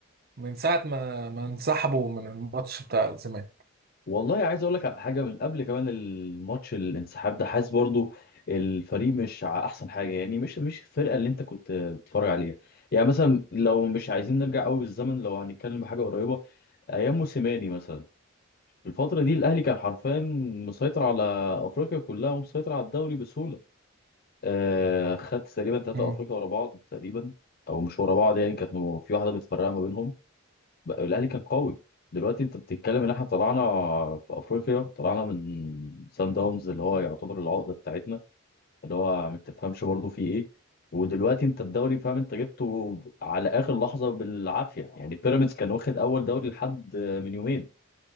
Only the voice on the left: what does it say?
والله عايز اقول لك على حاجه من قبل كمان الماتش الانسحاب ده حاسس برضو الفريق مش ع- احسن حاجه يعني مش مش الفرقه اللي انت كنت بتتفرج عليها يعني مثلا لو مش عايزين نرجع قوي بالزمن لو هنتكلم بحاجه قريبه ايام موسيماني مثلا الفتره دي الاهلي كان حرفيا مسيطر على افريقيا كلها ومسيطر على الدوري بسهوله آه خد تقريبا ثلاثه
افريقيا ورا بعض تقريبا او مش ورا بعض يعني كانت م- في واحده متفرقه ما بينهم بقى الاهلي كان قوي دلوقتي انت بتتكلم ان احنا طلعنا في افريقيا طلعنا من سان داونز اللي هو يعتبر العقده بتاعتنا اللي هو ما تفهمش برضه فيه ايه ودلوقتي انت الدوري فاهم انت جبته على اخر لحظه بالعافيه يعني بيراميدز كان واخد اول دوري لحد من يومين